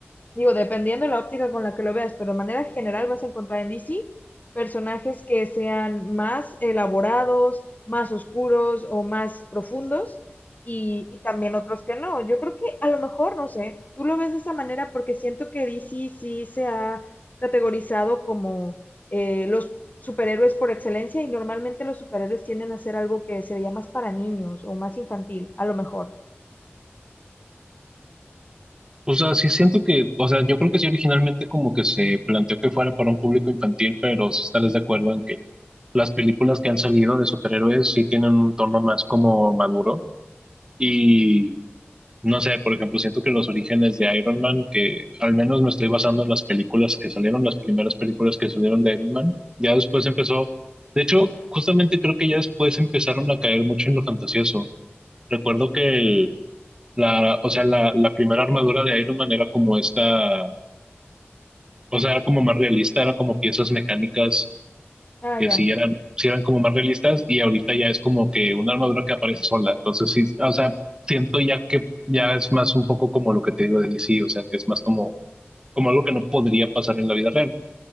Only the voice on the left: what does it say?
digo, dependiendo de la óptica con la que lo veas, pero de manera general vas a encontrar en DC personajes que sean más elaborados, más oscuros o más profundos y, y también otros que no. Yo creo que a lo mejor, no sé, tú lo ves de esa manera porque siento que DC sí se ha categorizado como eh, los superhéroes por excelencia y normalmente los superhéroes tienden a ser algo que se veía más para niños o más infantil, a lo mejor.
Ah,
ya.